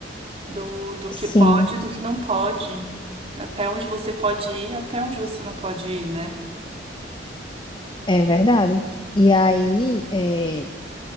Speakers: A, on the right (about 35°); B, on the left (about 25°).
A: Do, do
B: Sim,
A: que pode e do que não pode. Até onde você pode ir, até onde você não pode ir, né?
B: é verdade. E aí, é,